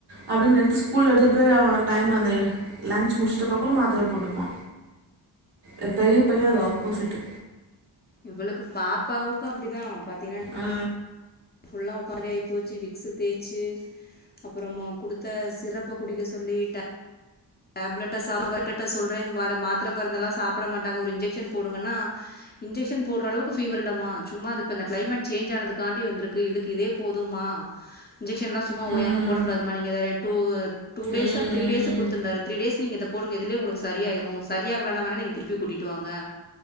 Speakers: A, on the right; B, on the left.
A: அப்டினு நிறுத்து ஸ்கூல எடுதுட் போய் அவ டைம் அந்த லன்ச் முடிச்சிட்ட அப்றம் மாத்ரய போட்டுப்பா. எ பெரிய பையன் அது ஆப்போசிட்டு்
B: இவளுக்கு பாப்பாவுக்கு அப்டிதான் பாத்தீங்னா
A: ஆ
B: ஃபுல்லா உக்காரி ஆயி போச்சு விக்சு தேச்சு, அப்புறமா குடுத்த சிரப்ப குடிக்க சொல்லி ட டேப்லெட்ட சாப்டட்ட சொல்ற இந்த மார மாத்ர மருந்தல்லா சாப்பட மாட்டாங்க, ஒரு இன்ஜக்சன் போடுங்கன்னா இன்ஜக்சன் போடறளவுக்கு ஃபீவர் இல்லம்மா சும்மா அது இப்ப இந்த கிளைமேட் சேஞ்ச் ஆனதுக்காண்டி வந்திருக்கு இதுக்குதே போதும்மா. இன்ஜக்சன்லா சும்மா ஓயாம
A: ம்
B: போடக்கூடாதுமா நீங்க அத டூ டூ டேஸா
A: ம்
B: த்ரீ டேஸா குடுத்துருந்தாரு. பேசி நீங்க இத போடுங்க இதுலயே உங்ளுக்கு சரியாயிரு சரியாகலனா வேணா நீங்க திருப்பி கூட்டிட்டு வாங்க